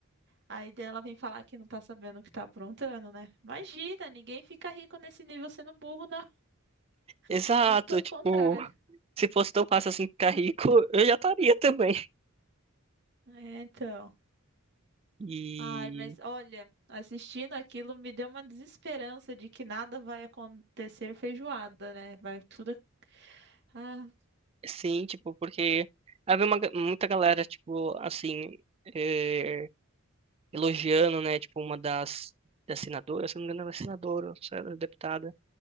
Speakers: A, on the right (about 55°); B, on the right (about 30°).
A: Aí daí ela vem falar que não tá sabendo o que tá aprontando, né? Imagina, ninguém fica rico nesse nível sendo burro, não. <laughs>
B: Exato.
A: Muito pelo
B: Tipo,
A: contrário.
B: se fosse tão fácil assim ficar rico, eu já estaria também.
A: É, então.
B: E
A: Ai, mas olha, assistindo aquilo me deu uma desesperança de que nada vai acontecer feijoada, né? Vai tudo. Ah,
B: sim, tipo, porque havia uma, ga- muita galera, tipo, assim, eh, elogiando, né? Tipo, uma das, das senadoras, se não me engano, ela é senadora, ou se ela é deputada.